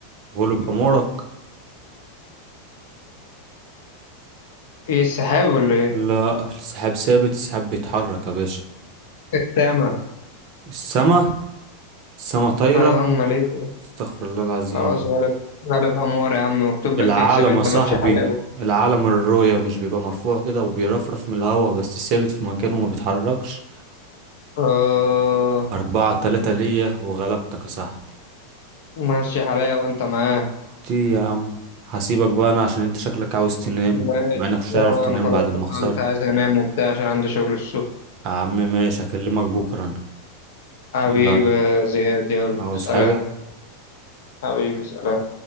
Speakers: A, on the right; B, on the left.
A: غلب حمارك
B: ايه السحاب ولا ايه
A: لا السحاب ثابت السحاب بيتحرك يا باشا
B: السما
A: السما السما طايرة
B: اه امال ايه ده؟
A: استغفر الله العظيم
B: خلاص
A: يعني.
B: غلب غلب همور يا عم مكتوب
A: العالم
B: لك تكسب انت
A: يا صاحبي
B: ماشي حلاوة
A: العالم الرؤية مش بيبقى مرفوع كده وبيرفرف من الهوا بس ثابت في مكانه وما بيتحركش
B: اه
A: أربعة تلاتة ليا وغلبتك يا صاحبي
B: ماشي حلاوة انت معاه
A: دي يا عم هسيبك بقى أنا عشان أنت شكلك عاوز تنام
B: ماشي
A: مع إنك مش هتعرف
B: اه
A: تنام
B: انا خلاص
A: بعد ما
B: كنت
A: خسرت
B: عايز انام وبتاع عشان عندي شغل الصبح
A: يا عم ماشي هكلمك بكرة أنا
B: حبيبي
A: يلا
B: يا زياد يلا
A: عاوز
B: سلام
A: حاجة
B: حبيبي سلام